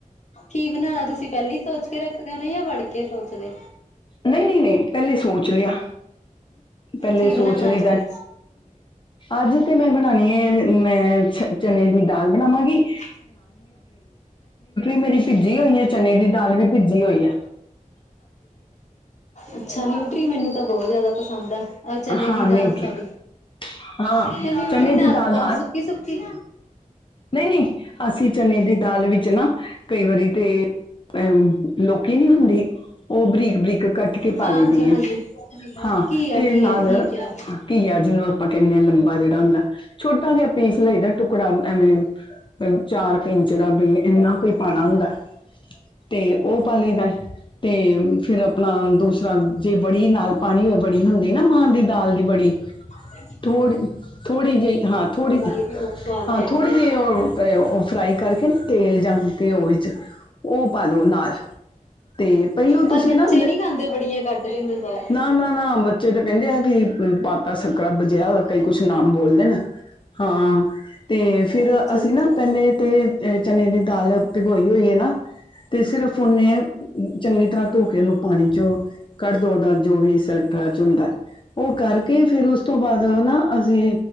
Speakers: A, on the left; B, on the left.
A: ਕੀ ਬਨਾਨਾ ਤੁਸੀਂ ਪਹਿਲਾਂ ਹੀ ਸੋਚ ਕੇ ਰੱਖਦੇ ਨੇ ਜਾਂ ਵੜਕੇ ਸੋਚਦੇ?
B: ਨਹੀਂ, ਨਹੀਂ, ਨਹੀਂ ਪਹਿਲੇ ਸੋਚ ਲਿਆ। ਪਹਿਲੇ
A: ਕੀ ਬਣਾਉਣਾ
B: ਸੋਚ ਲਈਦਾ,
A: ਅੱਜ ਫਿਰ
B: <unintelligible> ਅੱਜ ਤੇ ਮੈਂ ਬਨਾਨੀ ਏ ਮੈਂ ਚਨੇ ਦੀ ਦਾਲ ਬਨਾਵਾਂਗੀ।
A: <unintelligible>
B: ਮੇਰੀ ਭਿੱਜੀ ਹੋਈ ਹੈ ਚਨੇ ਦੀ ਦਾਲ ਵੀ ਭਿੱਜੀ ਹੋਈ ਹੈ
A: ਅੱਛਾ, ਨਿਊਟਰੀ ਮੈਨੂੰ ਤਾਂ ਬਹੁਤ ਜਿਆਦਾ ਪਸੰਦ ਐ। ਅਹ ਚਨੇ
B: ਹਾਂ
A: ਦੀ ਦਾਲ
B: ਨਿਊਟਰੀ
A: ਸੋਰੀ।
B: ਹਾਂ
A: ਤੇ ਨਿਊਟਰੀ
B: ਚਨੇ ਦੀ
A: ਨਾਲ
B: ਦਾਲ
A: ਸੁੱਕੀ-ਸੁੱਕੀ
B: ਨਹੀਂ-ਨਹੀਂ ਅਸੀਂ ਚਨੇ ਦੀ ਦਾਲ ਵਿੱਚ ਨਾ ਕਈ ਵਾਰੀ ਤੇ ਅ ਲੋਕੀ ਨਹੀਂ ਹੁੰਦੀ ਉਹ ਬਰੀਕ ਬਰੀਕ ਕੱਟ ਕੇ ਪਾ
A: ਹਾਂਜੀ
B: ਲਈਦੀ
A: ਹਾਂਜੀ
B: ਏ। ਹਾਂ,
A: ਘੀਆ
B: ਤੇ
A: ਘੀਆ
B: ਨਾਲ
A: ਠੀਕ ਆ
B: ਘਿਆ ਜਿਹਨੂੰ ਕਹਨੇ ਆ ਲੰਬਾ ਜਿਹੜਾ ਹੁੰਦਾ ਛੋਟਾ ਜਿਹਾ ਪੀਸ ਲਈਦਾ ਟੁਕੜਾ ਐਵੇਂ ਚਾਰ <unintelligible> ਜਿਹੜਾ ਵੀ ਇੰਨਾ ਕੋਈ ਪਾਣਾ ਹੁੰਦਾ ਤੇ ਉਹ ਪਾਲ ਲਈ ਦਾ। ਤੇ ਫੇਰ ਅਪਨਾ ਦੂਸਰਾ ਜੇ ਬੜੀ ਨਾਲ ਪਾਨੀ ਹੋਵੇ ਬੜੀ ਹੁੰਦੀ ਨਾ ਮਾਂ ਦੀ ਦਾਲ ਦੀ ਬੜੀ।
A: ਅੱਛਾ ਜੀ।
B: ਥੋੜ੍ਹੀ, ਥੋੜ੍ਹੀ ਜਿਹੀ ਹਾਂ ਥੋੜ੍ਹੀ
A: ਹੈ ਉਹ ਵੀ ਬਹੁਤ ਸਵਾਦ ਲੱਗਦੀ
B: ਹਾਂ ਥੋੜ੍ਹੀ ਜਿਹੀ ਉਹ ਉਹ ਫਰਾਈ ਕਰਕੇ ਨਾ ਤੇਲ ਜਾਂ ਘਿਓ ਵਿੱਚ ਉਹ ਪਾ ਦੋ ਨਾਲ। ਤੇ ਪਹਿਲੋਂ
A: ਪਰ
B: ਤੁਸੀਂ
A: ਬੱਚੇ
B: ਨਾ,
A: ਨੀ ਖਾਂਦੇ ਬੜੀਆਂ ਕੱਢ ਦਿੰਦੇ ਬਾਹਰ
B: ਨਾ, ਨਾ, ਨਾ ਬੱਚੇ ਤਾਂ ਕਹਿਣਗੇ ਕਿ ਪਾਤਾ <unintelligible> ਕਈ ਕੁਛ ਨਾਮ ਬੋਲਦੇ ਨੇ। ਹਾਂ ਤੇ ਫਿਰ
A: ਅੱਛਾ
B: ਅਸੀਂ
A: ਅੱਛਾ
B: ਨਾ ਪਹਿਲੇ ਤੇ ਚਨੇ ਦੀ ਦਾਲ ਭੀਗੋਈ ਹੋਈ ਹੈ ਨਾ ਤੇ ਸਿਰਫ ਫੋਨੇ ਚੰਗੀ ਤਰ੍ਹਾਂ ਧੋ ਕੇ ਉਹਨੂੰ ਪਾਣੀ ਚ ਕੱਢ ਦੋ ਉਹਦਾ ਜੋ ਵੀ ਸਟਾ ਚ ਹੁੰਦਾ। ਉਹ ਕਰਕੇ ਫੇਰ ਉਸ ਉਸ ਤੋਂ ਬਾਅਦ ਨਾ ਅਸੀਂ